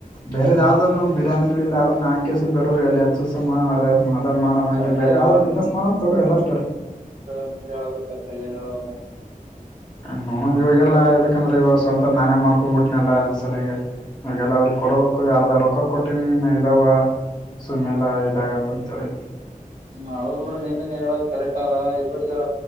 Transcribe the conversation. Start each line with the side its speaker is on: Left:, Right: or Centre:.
Left: ಬೇರೆ ಯಾವ್ದ ಬಿರಿಯಾನಿಗಳ ಇಲ್ಲ ಅದನ್ನ ಹಾಕಸಿ ಬರೋ ಅಲ್ಲಿ ಹಸ ಅದನ್ ಮಾಡ
Right: ಚೆನ್ನಾಗಿ
Left: ಇ ಬೇರೆ ಯಾವ್ದ್ ಬಿಸ್ನೆಸ್ ಮಾಡಣ ಎಲ್ಲ ಅಷ್ಟರ್ <unintelligible>
Right: ನಿೆ ಹೇಳ ಬರ್ತ ಕೈಯ್ಯನ್ ಹೇಳ <unintelligible>
Left: ನೋ ಇವಾಗಲ್ಲ ಯದಕಂದ್ರೆ ಇವಾಗ ಸ್ವಂತ ನಾನೇ ಮಾಡ್ಕೊಂಡ್ಬಿಟ್ಟನಲ್ಲಾ ಅದ ಸಲಯಗೆ ಇವಾಗಲ್ಲ <unintelligible> ಕೊಡಬೇಕು ಯಾರದ ರೊಕ ಕೊಟ್ಟಿನಿ ಇದಾವ ಸುಮ್ಮ್ನೆಲ್ಲ ಇದಾಗತ್ತ ಅಂತೇಳಿ
Right: ಹ್ಮ ಅವ್ರ್ ಬಿೂಡ ನಿಂದೆ ಹೇಳೋದ್ ಕರೆಕ್ಟ್ ಆದ ಇಬ್ಬರು ಜರ